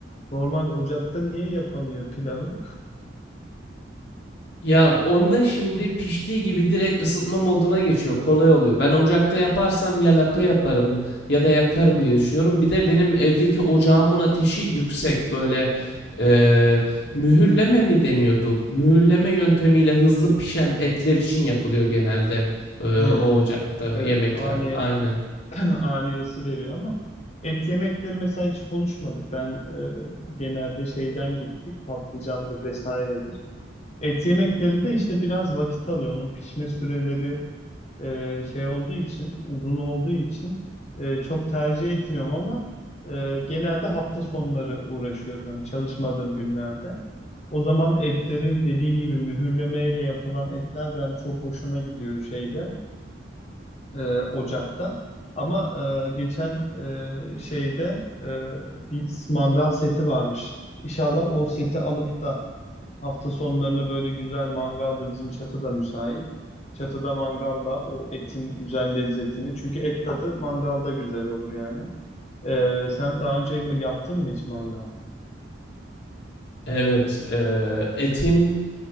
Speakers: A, on the left; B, on the left.
A: normal ocakta niye yapamıyor pilavı?
B: Ya onda şimdi piştiği gibi direkt ısıtma moduna geçiyor. Kolay oluyor. Ben ocakta yaparsam ya lapa yaparım ya da yakarım
A: Hmm.
B: diye düşünüyorum. Bir de benim evdeki ocağımın ateşi yüksek. Böyle eee, mühürleme mi deniyordu? Mühürleme yöntemiyle hızlı pişen etler için yapılıyor genelde eee,
A: Hmm.
B: o ocakta
A: Evet
B: yemekler.
A: ani
B: Aynen.
A: <clears throat> ani ısı veriyor ama et yemekleri mesela hiç konuşmadık. Ben e, genelde şeyden gittik patlıcandır vesairedir. Et yemekleri de işte biraz vakit alıyor. Onun pişme süreleri e, şey olduğu için, uzun olduğu için e, çok tercih etmiyorum ama e, genelde hafta sonları uğraşıyorum hani çalışmadığım günlerde. O zaman etleri dediğin gibi mühürlemeyle yapılan etler ben çok hoşuma gidiyor şeyde, e, ocakta. Ama e, geçen e, şeyde e, bir mangal seti varmış. İnşallah o seti alıp da Hafta sonlarını böyle güzel mangalda bizim çatıda müsait. Çatıda mangalla o etin güzel lezzetini. Çünkü et tadı mangalda güzel olur yani. Ee, sen daha önce mi- yaptın mı hiç mangal?
B: Evet. eee, etin